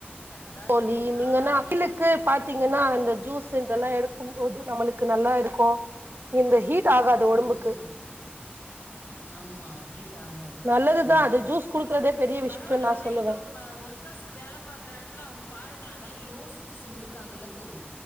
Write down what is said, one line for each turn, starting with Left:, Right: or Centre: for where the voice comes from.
Left: அதாவது
Right: தோழி நீங்கன்னா
Left: ஆ
Right: அகிலுக்கு
Left: எம்
Right: பாத்தீங்கன்னா அந்த ஜூஸ் இந்த இதெல்லா எடுக்கும்போது நம்மளுக்கு நல்லா இருக்கும் இந்த ஹீட் ஆகாது ஒடம்புக்கு
Left: உஹம் ஆமா ட் ஆகாது
Right: நல்லதுதா
Left: கண்டிப்பா
Right: அது ஜூஸ் குடுக்குறதே பெரிய விஷயம்னு
Left: பரவாயில்ல
Right: நா
Left: ஆனா
Right: சொல்லுவே
Left: இவ்ளவு ஒர்க்கர்ஸு வேல பார்க்கற இடத்துல அவங்க பாருங்கள அதெல்லா யோசிச்சு செஞ்சிருக்காங்கல தோழி